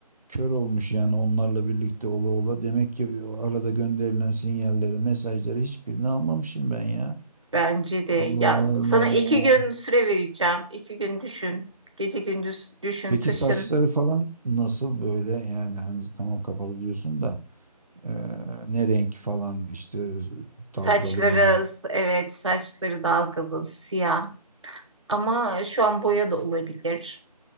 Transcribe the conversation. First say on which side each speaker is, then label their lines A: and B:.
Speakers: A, on the right (about 65°); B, on the right (about 45°).
A: kör olmuş yani onlarla birlikte ola ola. Demek ki o arada gönderilen sinyalleri, mesajları hiçbirini almamışım ben ya.
B: Bence de.
A: Allah
B: Ya
A: Allah.
B: sana iki gün süre vereceğim. İki gün düşün. Gece gündüz düşün,
A: Peki
B: taşın.
A: saçları falan nasıl böyle yani hani tamam kapalı diyorsun da e, ne renk falan işte
B: Saçları,
A: dalgalı mı?
B: evet saçları dalgalı, siyah. Ama şu an boya da olabilir.